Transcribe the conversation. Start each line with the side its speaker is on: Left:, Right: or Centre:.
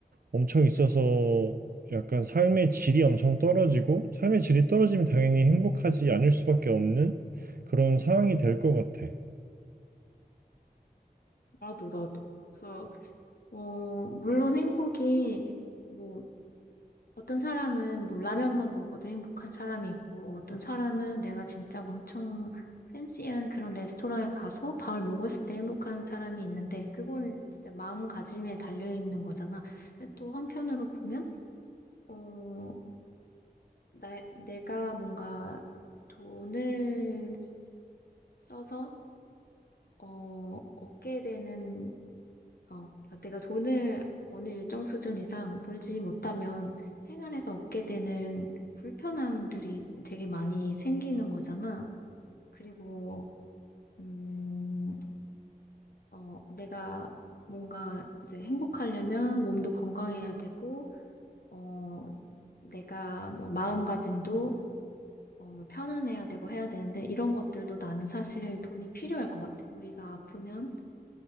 Right: 엄청 있어서 약간 삶의 질이 엄청 떨어지고 삶의 질이 떨어지면 당연히 행복하지 않을 수밖에 없는 그런 상황이 될 것 같아.
Left: 나도, 나도. 그래서, 어, 물론 행복이, 뭐, 어떤 사람은 뭐 라면만 먹어도 행복한 사람이 있고, 어떤 사람은 내가 진짜 엄청 팬시한 그런 레스토랑에 가서 밥을 먹었을 때 행복한 사람이 있는데, 그거는 진짜 마음가짐에 달려있는 거잖아. 근데 또 한편으로 보면, 어, 나, 내가 뭔가 돈을 써서, 어, 얻게 되는 어, 그러니까 내가 돈을 어느 일정 수준 이상 벌지 못하면 생활에서 얻게 되는 불편함들이 되게 많이 생기는 거잖아. 그리고, 음, 어, 내가 뭔가 이제 행복하려면 몸도 건강해야 되고, 어, 내가 뭐 마음가짐도 어, 뭐 편안해야 되고 해야 되는데 이런 것들도 나는 사실 돈이 필요할 것 같아. 우리가 아프면